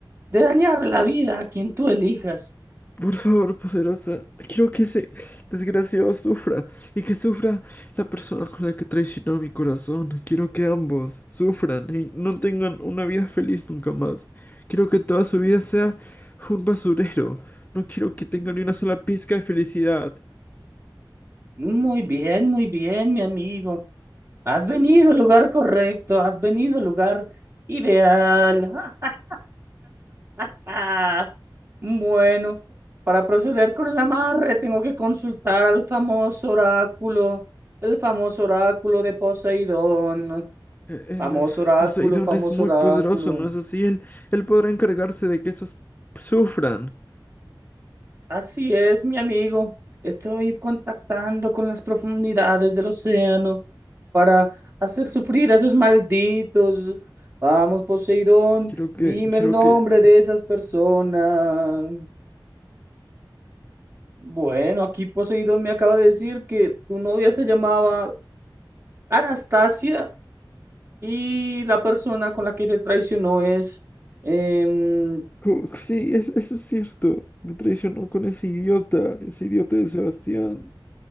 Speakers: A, on the right; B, on the left.
A: de dañar la vida a quien tú elijas.
B: Por favor, poderosa, quiero que ese desgraciado sufra y que sufra la persona con la que traicionó mi corazón. Quiero que ambos sufran y no tengan una vida feliz nunca más. Quiero que toda su vida sea un basurero. No quiero que tengan ni una sola pizca de felicidad.
A: Muy bien, muy bien, mi amigo. Has venido al lugar correcto, has venido al lugar ideal. <laughs> Ah, ah, bueno, para proceder con el amarre tengo que consultar al famoso oráculo, el famoso oráculo de Poseidón,
B: E- El,
A: famoso
B: eh,
A: oráculo,
B: Poseidón
A: famoso
B: es muy
A: oráculo.
B: poderoso, ¿no es así? Él, él podrá encargarse de que esos sufran.
A: Así es, mi amigo, estoy contactando con las profundidades del océano para hacer sufrir a esos malditos. Vamos, Poseidón,
B: Quiero que,
A: dime
B: quiero
A: el nombre
B: que
A: de esas personas. Bueno, aquí Poseidón me acaba de decir que tu novia se llamaba Anastasia y la persona con la que te traicionó es em,
B: Co- Sí, es- eso es cierto. Me traicionó con ese idiota, ese idiota de Sebastián.